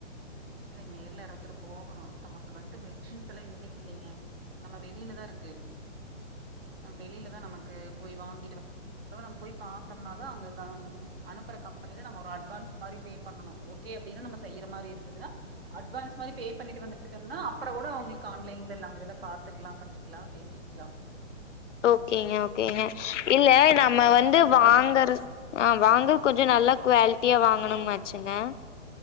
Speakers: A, on the right; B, on the left.
A: இல்ல நேர்ல யாராத்தொரு போகணு நமக்கு வந்து மெஷின்ஸ் எல்லா எங்கயு இல்லைங்க நம்ம வெளியிலதா இருக்கு வெளியிலதா நமக்கு போய் வாங்கிட்டு வந் அதுவு நம்ம போய் பாத்தோம்ன தா அங்க தா ம் அனுப்பற கம்பனில நம்ம ஒரு அட்வான்ஸ் மாரி பே பண்ணனு ஓகே அப்டின்னா நம்ம செய்யற மாரி இருந்துதுன்னா அட்வான்ஸ் மாரி பே பண்ணிட்டு வந்துட்டோம்னா அப்ற கூட அவங்களுக்கு ஆன்லைன்ல எல்லா இதல்லா பாத்துக்லா பண்ணி க்கலா பேசிக்லா
B: ஓகேங்க ஓகேங்க இல்ல
A: அது
B: நம்ம
A: கொஞ்ச
B: வந்து
A: நேர்ல போகணு
B: வாங்கற ஆ வாங்க கொஞ்சோ நல்ல குவாலிட்டியா வாங்கணும் ஆச்சுங்க